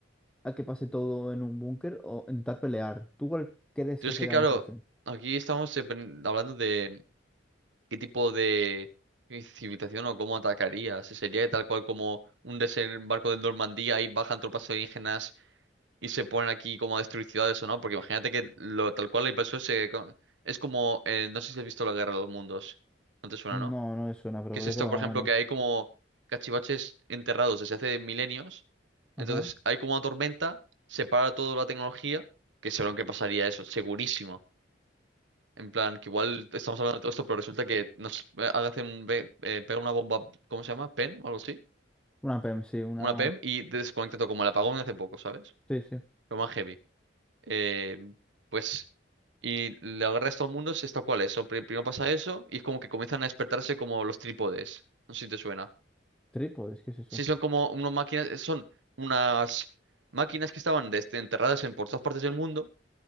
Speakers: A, in the centre; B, on the right (about 80°).
A: a que pase todo en un búnker o intentar pelear? ¿Tú cuál crees
B: Pero
A: que
B: es
A: sería
B: que, claro,
A: la mejor opción?
B: aquí estamos eh, pen- hablando de qué tipo de civilización o cómo atacaría. Si sería tal cual como un desembarco de Normandía y bajan tropas alienígenas y se ponen aquí como a destruir ciudades o no. Porque imagínate que lo, tal cual la invasión se, co- es como, eh, no sé si has visto la Guerra de los Mundos. No te suena, ¿no?
A: No, no me suena, pero
B: que es esto,
A: de qué hago
B: por ejemplo,
A: menos.
B: que hay como cachivaches enterrados desde hace milenios. Entonces,
A: Ajá.
B: hay como una tormenta, se para toda la tecnología, que seguro que pasaría eso, segurísimo. En plan, que igual estamos hablando de todo esto, pero resulta que nos eh, hacen ve- eh, pega una bomba, ¿cómo se llama? ¿PEM o algo así?
A: Una PEM, sí, una.
B: Una PEM y desconecta todo, como el apagón de hace poco, ¿sabes?
A: Sí, sí.
B: Lo más heavy. Eh, pues, y la guerra de todo el mundo es tal cual eso. Primero pasa eso y es como que comienzan a despertarse como los trípodes. No sé si te suena.
A: Trípodes, ¿qué es eso?
B: Sí, son como unas máquinas, eh, son unas máquinas que estaban des- enterradas en por todas partes del mundo.